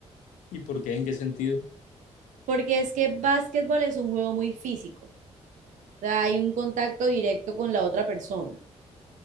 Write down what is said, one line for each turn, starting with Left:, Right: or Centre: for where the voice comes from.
Left: ¿Y por qué? ¿En qué sentido?
Right: porque es que básquetbol es un juego muy físico. O sea, hay un contacto directo con la otra persona.